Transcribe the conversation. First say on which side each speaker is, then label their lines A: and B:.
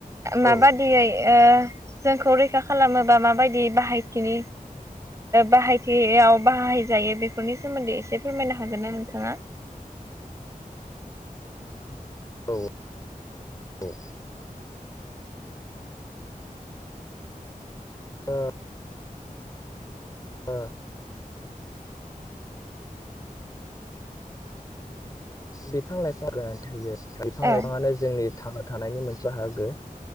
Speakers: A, on the left; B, on the right.
A: औ
B: माबादियै
A: औ
B: जोंखौ रैखा खालामोबा माबायदि बाहायथिनि बाहायथियाव बाहायजायो बेफोरनि सोमोन्दै एसे फोरमायनो हागोन ना नोंथाङा? <inaudible>
A: औ औ। ओ ओ बिफां लाइफां गोनांथि होयो बिफां
B: औ
A: लाइफाङानो जोंनि थां थानायनि मोनसे बाहागो